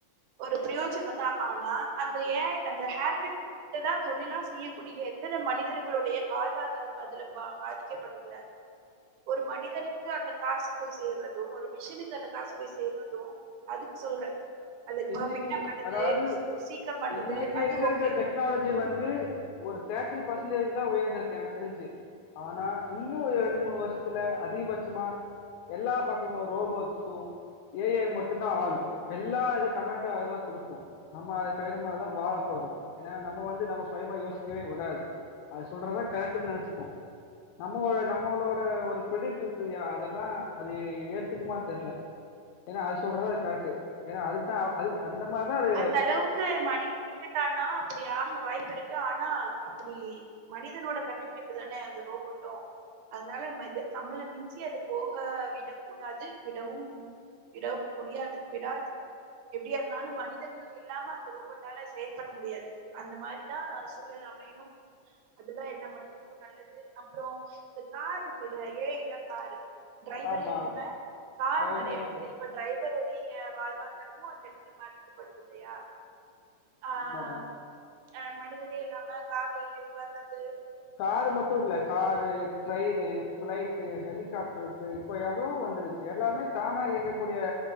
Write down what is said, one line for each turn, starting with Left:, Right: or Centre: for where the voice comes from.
Right: ஒரு பிரியோஜன தா ஆனா அந்த ஏ ஐ அந்த ஹேர் கட் ட தா தொழிலா செய்யக்கூடிய எத்தன மனிதர்களுடைய வாழ்வாதாரம் அதுல பா பாதிக்கப்படு இல்ல ஒரு மனிதனுக்கு அந்த காசு போய் சேர்றது ஒரு மிஷினுக்கு அந்த காசு போய் சேர்றது அதுக்கு சொல்றே அது
Left: இன்னைக்கு
Right: பர்ஃபெக்ட்டா பண்ணுது
Left: அதாவது
Right: சீ- சீக்கிரம் பண்ணுது
Left: இன்னைக்கு
Right: அது
Left: இருக்கறக்க
Right: ஓகே
Left: டெக்னாலஜி வந்து ஒரு தேட்டி பர்சன்டேஜ் தா உயர்ந்திருக்கு எனக் தெரிஞ்சி ஆனா இன்னு ரெண்டு மூணு வருஷத்துல அதிகபட்சமா எல்லா பக்கமு ரோபோட்ஸு ஏ ஐ மட்டு தா ஆளு எல்லா எடத் கமெண்ட் அதுதா குடுக்கு நம்ம அது தகுந்த மாரிதா வாழ போறோ ஏனா நம்ம வந்து நம்ம சுயமா யோசிக்கவே வுடாது அது சொல்றதா கரெட்ன் நெனச்சிக்கு நம்ம நம்மளோட ஒரு பிரெடிட் இருக்குால்யா அதெல்லா அது ஏத்துக்குமா தெர்ல ஏனா அது சொல்றதா அது கரெக்ட்டு ஏனா அதுக்கு த அதுக் அந்த மாரி தா அது
Right: அந்த அளவுக்கு மனித விட்டுட்டான்னா அப்டி ஆக வாய்ப்பு இருக்கு ஆனா அப்படி மனிதனோட கண்டுபிடிப்பு தானே அந்த ரோபோட்டு அதனால மது நம்மள மிஞ்சி அது போக விடக் கூடாது விடவும் விட முடியாது விடாது எப்டியா இருந்தாலு ‌மனி தன் இல்லாம அந்த ரோபோட்டால செயல்பட முடியாது அந்த மாரிதா சூழல் அமையணும் அதுதா எல்லா மனிதருக்கு நல்லது அப்புறோ இந்த கார் இருக்குல்ல ஏ ஐ தா காரு டிரைவரே
Left: ஆமா.
Right: இல்லாம கார்
Left: டிரைவை
Right: நறைய எடத்துலே
Left: தா
Right: இப்ப ட்ரைவருடைய வாழ்வாதாரமு அந்த எடத்துல பாதிக்கப்படுது இல்லையா ஆ
Left: உண்மதா
Right: ஆ ஆ அ மனிதனே இல்லாம கார்ல ஏறி உக்கார்றது
Left: கார் மட்டு இல்ல காரு ட்ரெயினு ஃப்ளைட்டு ஹெலிகாப்டர்ஸு இப்போ எவ்வளோ வந்துருச்சு எல்லாமே தானா இயங்க கூடிய